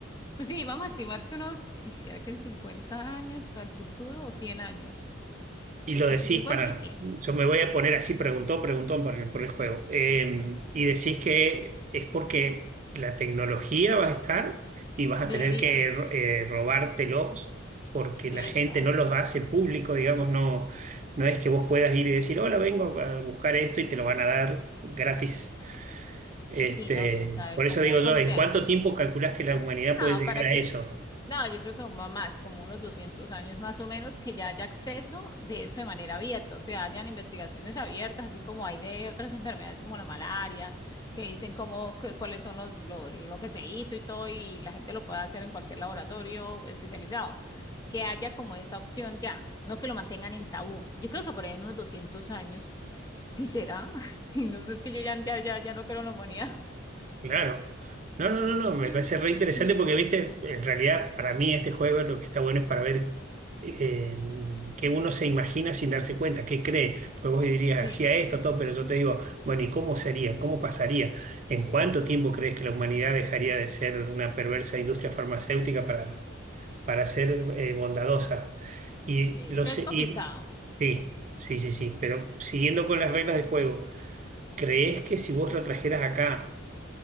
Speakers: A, on the left; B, on the right.
A: Pues sí, vamos a estimar que unos, si será que en 50 años al futuro o 100 años, no sé.
B: Y lo
A: Entre
B: decís
A: 50
B: para,
A: y cien
B: yo me voy a poner así, preguntón, preguntón por el, por el juego. Eh, y decís que es porque la tecnología va a estar y vas a tener
A: Debería.
B: que eh, robártelos porque
A: Sí,
B: la gente
A: claro.
B: no los hace público, digamos, no, no es que vos puedas ir y decir, hola, vengo a buscar esto y te lo van a dar gratis. Este,
A: Pues sí, ¿no? Quién sabe,
B: por
A: cómo,
B: eso digo yo,
A: cómo
B: ¿en
A: sea.
B: cuánto tiempo calculás que la humanidad puede
A: No,
B: llegar
A: para
B: a
A: que,
B: eso?
A: no, yo creo que aún va más, como unos 200 años más o menos, que ya haya acceso de eso de manera abierta, o sea, hayan investigaciones abiertas, así como hay de otras enfermedades como la malaria, que dicen cómo, que- cuáles son los, lo, lo que se hizo y todo, y la gente lo puede hacer en cualquier laboratorio especializado, que haya como esa opción ya, no que lo mantengan en tabú. Yo creo que por ahí en unos 200 años, sí será, <laughs> y no sé, es que yo ya, ya, ya, ya no creo en la humanidad.
B: Claro. No, no, no, no,
A: <laughs>
B: me parece re interesante
A: Y-
B: porque, viste, en realidad para mí este juego lo que está bueno es para ver eh, qué uno se imagina sin darse cuenta, qué cree. Pues vos dirías,
A: Sí,
B: hacía
A: que-
B: esto, todo, pero yo te digo, bueno, ¿y cómo sería? ¿Cómo pasaría? ¿En cuánto tiempo crees que la humanidad dejaría de ser una perversa industria farmacéutica para, para ser eh, bondadosa? Y,
A: Sí, es
B: los,
A: que es complicado,
B: Sí, sí, sí, sí, pero siguiendo con las reglas del juego, ¿crees que si vos lo trajeras acá,